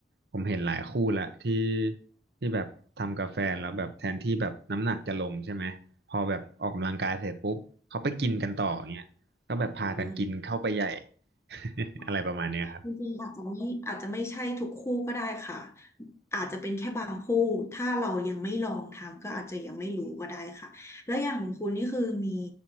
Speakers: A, on the right; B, on the left.
A: ผมเห็นหลายคู่ละที่ที่แบบทำกับแฟนแล้วแบบแทนที่แบบน้ำหนักจะลงใช่ไหมพอแบบออกกำลังกายเสร็จปุ๊บเขาไปกินกันต่ออย่างเงี้ยก็แบบพากันกินเข้าไปใหญ่
B: คุณเงิน
A: <laughs>
B: อ๋อ
A: อะไรประมาณเนี้ยครับ
B: จริงๆอาจจะไม่อาจจะไม่ใช่ทุกคู่ก็ได้ค่ะอาจจะเป็นแค่บางคู่ถ้าเรายังไม่ลองทำก็อาจจะยังไม่รู้ก็ได้ค่ะแล้วอย่างคุณนี่คือมี